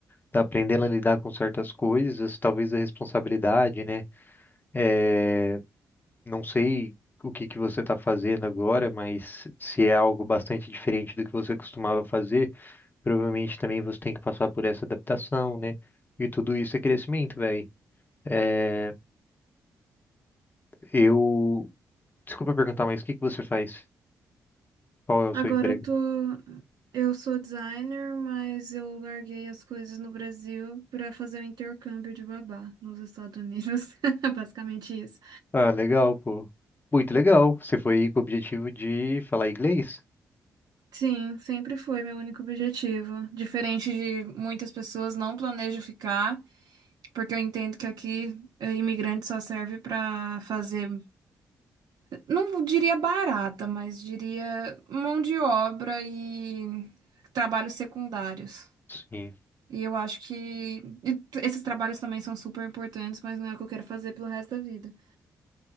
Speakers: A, on the left (about 25°); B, on the right (about 70°).
A: tá aprendendo a lidar com certas coisas, talvez a responsabilidade, né? É, não sei o que que você tá fazendo agora, mas se é algo bastante diferente do que você costumava fazer, provavelmente também você tem que passar por essa adaptação, né? E tudo isso é crescimento, velho. É, eu... Desculpa perguntar, mas o que que você faz? Qual é o
B: Agora
A: seu emprego?
B: eu tô. Eu sou designer, mas eu larguei as coisas no Brasil pra fazer o intercâmbio de babá nos Estados Unidos. <laughs> Basicamente isso.
A: Ah, legal, pô. Muito legal. Você foi com o objetivo de falar inglês?
B: Sim, sempre foi meu único objetivo. Diferente de muitas pessoas, não planejo ficar. Porque eu entendo que aqui eh, imigrante só serve para fazer, não diria barata, mas diria mão de obra e trabalhos secundários.
A: Sim.
B: E eu acho que e t- esses trabalhos também são super importantes, mas não é o que eu quero fazer pelo resto da vida.